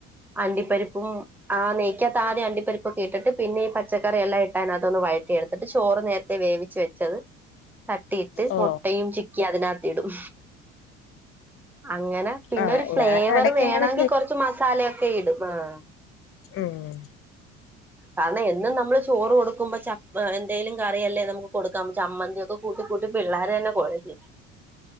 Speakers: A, in the centre; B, on the left.
A: അണ്ടിപ്പരിപ്പും ആഹ് നെയ്ക്കകത്ത് ആദ്യം അണ്ടിപ്പരിപ്പൊക്കെ ഇട്ട്ട്ട് പിന്നെ ഈ പ പച്ചക്കറിയെല്ലാം ഇട്ടയ്‌ നകത്തൊന്ന് വയറ്റി എട്ത്ത്ട്ട് ചോറ് നേരത്തെ വേവിച്ച് വെച്ചത് തട്ടി ഇട്ട്
B: ഓ
A: മുട്ട ട്ടീം ചിക്കി അതിനകത്തിടും അങ്ങനെ പിന്നൊര്
B: ആഹ്
A: ഫ്ലേവർ
B: ഞാൻ ഇടക്ക്
A: വേണോങ്കി
B: അങ്ങനെ
A: കൊർച്ച് മസാലൊക്കെ ഇടും ആഹ്
B: ഏഹ്
A: കാരണം എന്നും നമ്മള് ചോറ് കൊടുക്കുമ്പോ ചപ്പ് എന്തേലും കറിയല്ലേ നമുക്ക് കൊടുക്കാം ചമ്മന്തിയൊക്കെ കൂട്ടി കൂട്ടി പിള്ളാരന്നെ കൊഴങ്ങി.